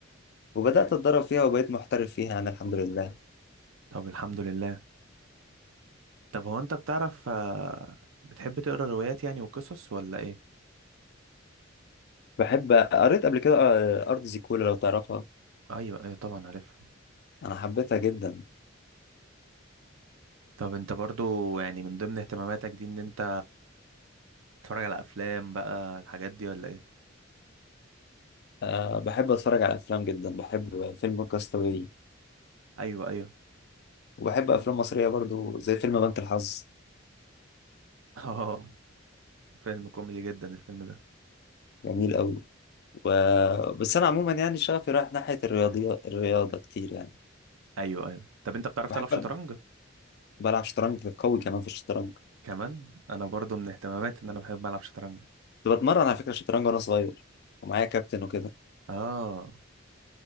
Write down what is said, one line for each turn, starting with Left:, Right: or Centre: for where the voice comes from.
Left: وبدات اتدرب فيها وبقيت محترف فيها انا الحمد لله
Right: طب الحمد لله طب هو انت بتعرف آه، بتحب تقرا روايات يعني وقصص ولا ايه
Left: بحب قريت قبل كده آه، ارض زيكولا لو تعرفها
Right: ايوه ايوه طبعا عارفها
Left: انا حبيتها جدا
Right: طب انت برضو يعني من ضمن اهتماماتك دي ان انت تتفرج على افلام بقى الحاجات دي ولا ايه
Left: أه بحب اتفرج على افلام جدا بحب فيلم كاستاوي
Right: ايوه ايوه
Left: وبحب افلام مصريه برضو زي فيلم بنك الحظ
Right: <laughs> اه فيلم كوميدي جدا الفيلم ده
Left: جميل قوي و... بس انا عموما يعني شغفي رايح ناحيه الرياضيات الرياضه كتير يعني
Right: ايوه ايوه طب انت بتعرف
Left: بحب
Right: تلعب شطرنج
Left: ألعب- بلعب شطرنج في قوي كمان في الشطرنج
Right: كمان انا برضو من اهتماماتي ان انا بحب العب شطرنج
Left: كنت بتمرن على فكره شطرنج وانا صغير ومعايا كابتن وكده
Right: اه